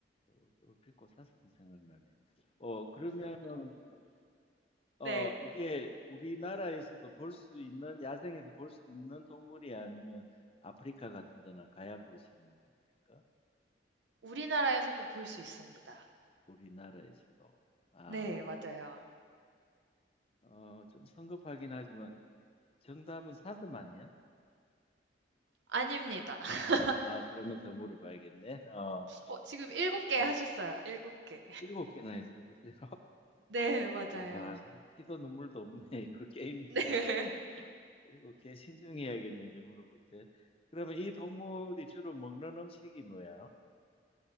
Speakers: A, on the left (about 30°); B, on the right (about 85°).
A: 어, 얼핏 고사슴이 생각나네. 어, 그러면은 어,
B: 네.
A: 이게 우리나라에서도 볼 수 있는 야생에서 볼 수 있는 동물이 아니면 아프리카 같은 데나 가야 볼 수 있는 동물인가?
B: 우리나라에서도 볼 수 있습니다.
A: 우리나라에서도. 아,
B: 네, 맞아요.
A: 어, 좀 성급하긴 하지만 정답은 사슴 아니야?
B: 아닙니다. <laughs>
A: 아, 그러면 더 물어봐야겠네. 어,
B: 어, 지금 7개
A: 음,
B: 하셨어요. 7개.
A: 일곱 개나 했어, 글쎄요.
B: 네, 맞아요.
A: 야, 진짜 피도 눈물도 없네. <laughs> 이거 게임이긴
B: 네.
A: 하지 뭐.
B: <laughs>
A: 이거 꽤 신중해야겠네, 이제 물어볼 때. 그러면 이 동물이 주로 먹는 음식이 뭐야?